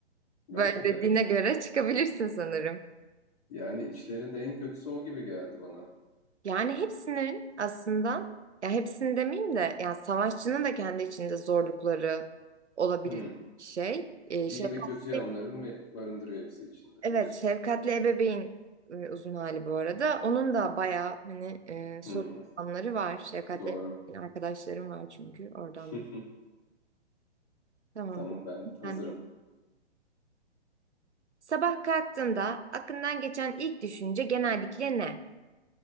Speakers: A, on the left; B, on the right.
A: Belki
B: Böyle dediğine
A: de.
B: göre çıkabilirsin sanırım.
A: Yani içlerinde en kötüsü o gibi geldi bana.
B: Yani hepsinin aslında, ya hepsini demeyeyim de, ya savaşçının da kendi içinde zorlukları olabilecek
A: Hmm,
B: bir şey. E, şefkatli
A: iyi ve kötü yanlarını mı barındırıyor hepsi içinde
B: Evet,
A: diyorsun.
B: şefkatli ebeveyn e, uzun hali bu arada. Onun da bayağı hani e, sorunları
A: Hmm,
B: var. Şefkatli
A: doğru.
B: ebeveyn arkadaşlarım var çünkü oradan.
A: <laughs>
B: Tamam.
A: Tamam
B: bu-
A: ben hazırım.
B: Ben de. Sabah kalktığında aklından geçen ilk düşünce genellikle ne?